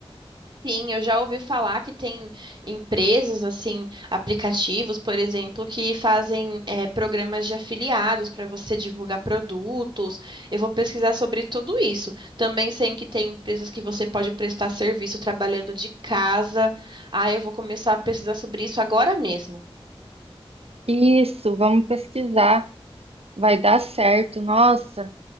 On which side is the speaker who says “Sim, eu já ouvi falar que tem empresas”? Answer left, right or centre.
Right